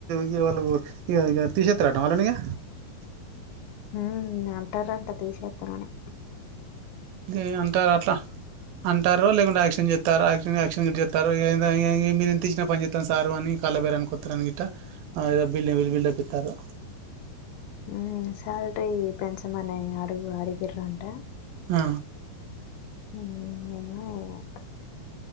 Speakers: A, on the right (about 75°); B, on the left (about 80°).
A: ఇగ వాళ్లు ఇగ ఇగ తీసెత్తరటన, వాళ్లని. ఇగ
B: హ్మ్మ్, అంటరంట తీస్తరని.
A: గి అంటారు అట్లా అంటారు. ఎవరూ లేకుండా ఎక్స్‌చేంజ్ చేస్తారా, ఆ ఎక్స్‌చేంజ్ ఆ ఎక్స్‌చేంజ్ చేత్తారో ఇగ ఎందో ఎం ఎ మీరు ఎంత ఇచ్చిన పని చేత్తా సరూ అని కాళ్ళ బేరనికి వత్తారాని గిట్ట అదేదో బిల్డింగ్ మీద బిల్డప్ ఇత్తరు.
B: మ్మ్ సాలరీ పెంచమని అడుగు అడిగిరంట
A: ఆ...
B: హ్మ్మ్... ఏవో ఏవైతదో.